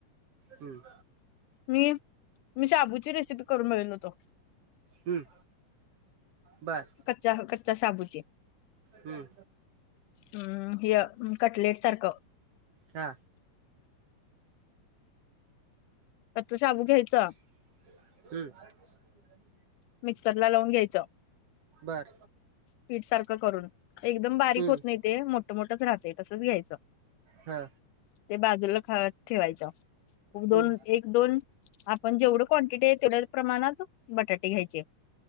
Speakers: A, on the right; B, on the left.
A: हम्म.
B: मी, मी शाबूची रेसिपी करून बघतल होतो.
A: हम्म. बर
B: कच्चा अ कच्चा शाबूची.
A: हम्म
B: हम्म, ह्य कटलेट सारखं.
A: हा.
B: तो शाबू घ्यायचा
A: हम्म.
B: मिक्सर ला लावून घ्यायचं.
A: बर.
B: पीठ सारखं करून. एकदम बारीक
A: हम्म
B: होत नही ते, मोठ-मोठच राहतय, तसच घ्यायचं.
A: हा
B: ते बाजूला, खा <unintelligible> ठेवायचं, दोन
A: हम्म
B: एक दोन आपण जेवढं क्वांटिटी ये,, तेवढ्या प्रमाणात बटाटे घ्यायचे